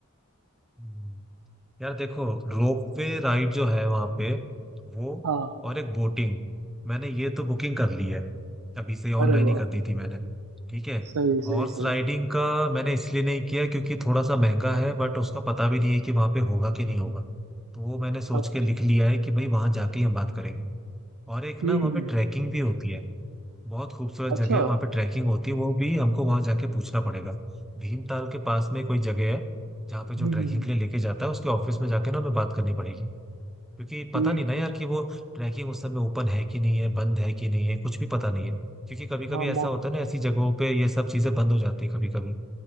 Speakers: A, in the centre; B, on the right (about 80°).
A: हम्म, यार देखो रोपवे राइड जो है वहां पे वो
B: हाँ
A: और एक बोटिंग मैंने ये तो बुकिंग कर ली है अभी से ऑनलाइन
B: अरे वाह
A: ही कर दी थी मैंने ठीक है
B: सही
A: हॉर्स
B: सही सही
A: राइडिंग का मैंने इसलिए नहीं किया क्योंकि थोड़ा सा महंगा है बट उसका पता भी नहीं है कि वहां पे होगा कि नहीं होगा तो वो मैंने सोच
B: अच्छा
A: के लिख लिया है कि भाई वहां जाके ही हम बात करेंगे और एक
B: हम्म
A: ना वहाँ
B: हम्म,
A: पे
B: हम्म,
A: ट्रैकिंग भी होती है बहुत खूबसूरत
B: अच्छा
A: जगह है वहाँ पे ट्रैकिंग होती है वो भी हमको वहाँ जाके पूछना पड़ेगा भीमताल के पास में कोई जगह है जहाँ पे जो
B: हम्म
A: ट्रैकिंग
B: हम्म,
A: के लिए लेके जाता है उसके ऑफिस में जाके ना हमें बात करनी पड़ेगी क्योंकि
B: ठीक
A: पता नहीं
B: है
A: ना
B: ठीक
A: यार
B: है।
A: कि वो ट्रैकिंग उस समय ओपन है कि नहीं है बंद है कि नहीं है कुछ भी पता नहीं है क्योंकि कभी कभी
B: हाँ
A: ऐसा
B: मौ,
A: होता है ना ऐसी जगहों पे ये सब चीजें बंद हो जाती है कभी कभी